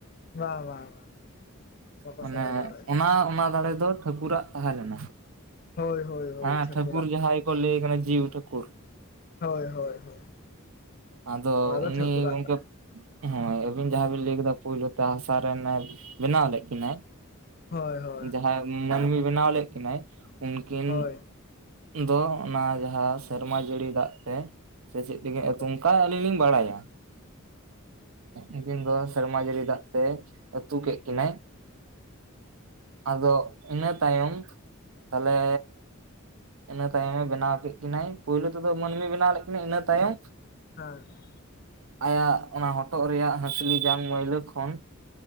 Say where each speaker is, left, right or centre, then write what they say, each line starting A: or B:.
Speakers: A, on the left; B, on the right.
A: ᱵᱟᱝ ᱵᱟᱝ ᱵᱟᱝ᱾ ᱵᱟᱠᱚ
B: ᱢᱟᱱᱮ
A: ᱥᱮᱬᱟ ᱫᱟᱲᱮᱭᱟᱜᱼᱟ
B: ᱚᱱᱟ ᱚᱱᱟ ᱫᱟᱲᱮ ᱫᱚ ᱴᱷᱟᱹᱠᱩᱨᱟᱜ ᱛᱟᱦᱮᱸ ᱞᱮᱱᱟ᱾
A: ᱦᱳᱭ ᱦᱳᱭ ᱦᱳᱭ
B: ᱦᱮᱸ
A: ᱴᱷᱟᱹᱠᱩᱨᱟᱜ᱾
B: ᱴᱷᱟᱹᱠᱩᱨ ᱡᱟᱦᱟᱸᱭ ᱠᱚ ᱞᱟᱹᱭ ᱠᱟᱱᱟ ᱡᱤᱣᱤ ᱴᱷᱟᱹᱠᱩᱨ᱾
A: ᱦᱳᱭ ᱦᱳᱭ ᱦᱳᱭ
B: ᱟᱫᱚ
A: ᱱᱚᱣᱟ ᱫᱚ
B: ᱩᱱᱤ
A: ᱴᱷᱟᱹᱠᱩᱨᱟᱜ
B: ᱩᱱᱠᱩ᱾
A: ᱛᱟᱦᱮᱸᱫ᱾
B: ᱦᱳᱭ ᱟᱹᱵᱤᱱ ᱡᱟᱦᱟᱸ ᱵᱤᱱ ᱞᱟᱹᱭ ᱠᱮᱫᱟ ᱯᱳᱭᱞᱳ ᱛᱮ ᱦᱟᱥᱟ ᱨᱮᱱᱮ ᱵᱮᱱᱟᱣ ᱞᱮᱫ ᱠᱤᱱᱟᱹᱭ᱾
A: ᱦᱳᱭ ᱦᱳᱭ
B: ᱡᱟᱦᱟᱸᱭ
A: ᱦᱳᱭ
B: ᱢᱟᱹᱱᱢᱤ ᱵᱮᱱᱟᱣ ᱞᱮᱫ ᱠᱤᱱᱟᱹᱭ ᱩᱱᱠᱤᱱᱼᱼ
A: ᱦᱳᱭ
B: ᱫᱚ ᱚᱱᱟ ᱡᱟᱦᱟᱸ ᱥᱮᱨᱢᱟ ᱡᱟᱹᱲᱤ ᱫᱟᱜ ᱛᱮ᱾ ᱥᱮ ᱪᱮᱫ ᱛᱮ
A: ᱦᱳᱭ
B: ᱚᱱᱠᱟ ᱟᱹᱞᱤᱧ ᱞᱤᱧ ᱵᱟᱲᱟᱭᱟ ᱩᱱᱠᱤᱱ ᱫᱚᱼᱼ ᱥᱮᱨᱢᱟ ᱡᱟᱹᱲᱤ ᱫᱟᱜ ᱛᱮ ᱟᱹᱛᱩ ᱠᱮᱫ ᱠᱤᱱᱟᱹᱭ ᱟᱫᱚᱼᱼ ᱤᱱᱟᱹ ᱛᱟᱭᱚᱢ ᱛᱟᱦᱚᱞᱮᱼᱼ ᱤᱱᱟᱹ ᱛᱟᱭᱚᱢᱮ ᱵᱮᱱᱟᱣ ᱠᱮᱫ ᱠᱤᱱᱟᱹ ᱯᱳᱭᱞᱳ ᱛᱮᱫᱚ ᱢᱟᱹᱱᱢᱤ ᱵᱮᱱᱟᱣ ᱞᱮᱫ ᱠᱤᱱᱟᱹ ᱤᱱᱟᱹ ᱛᱟᱭᱚᱢᱼᱼ
A: ᱦᱮᱸ᱾
B: ᱟᱭᱟᱜ ᱚᱱᱟ ᱦᱚᱴᱚᱜ ᱨᱮᱭᱟᱜ ᱦᱟᱹᱥᱞᱤ ᱡᱟᱝ ᱢᱟᱹᱭᱞᱟᱹ ᱠᱷᱚᱱ᱾